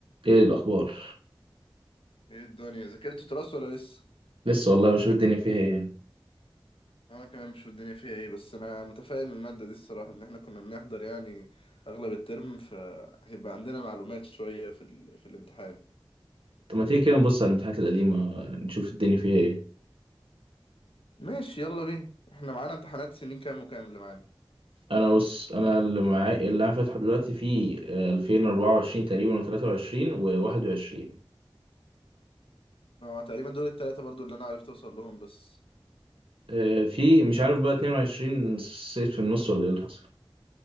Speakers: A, on the right; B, on the left.
A: ايه الاخبار
B: ايه الدنيا ذاكرت تراث ولا لسه
A: لسه والله بشوف الدنيا فيها ايه
B: انا كمان مش في الدنيا فيها ايه بس انا متفائل من الماده دي الصراحه ان احنا كنا بنحضر يعني اغلب الترم فهيبقى عندنا معلومات شويه في ال... في الامتحان
A: طب ما تيجي كده نبص على الامتحانات القديمه نشوف الدنيا فيها ايه
B: ماشي يلا بينا احنا معانا امتحانات سنين كام وكام اللي معانا
A: انا بص انا اللي معايا اللي انا فاتحه دلوقتي في آه، 2024 تقريبا و23 و21
B: اه تقريبا دول التلاتة برضو اللي انا عرفت اوصل لهم بس
A: آه، في مش عارف بقى 22 صيت في النص ولا ايه اللي حصل